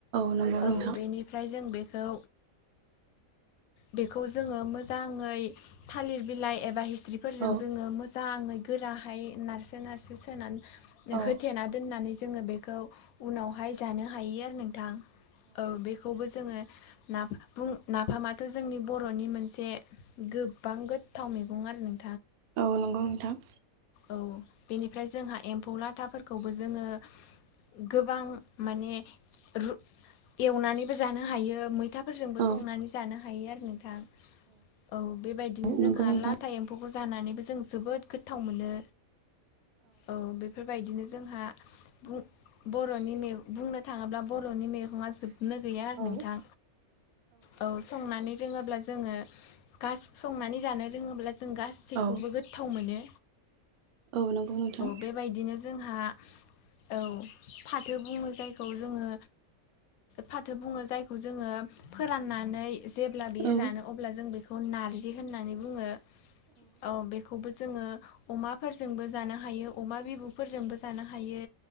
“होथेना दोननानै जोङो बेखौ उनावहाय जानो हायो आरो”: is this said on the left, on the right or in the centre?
Left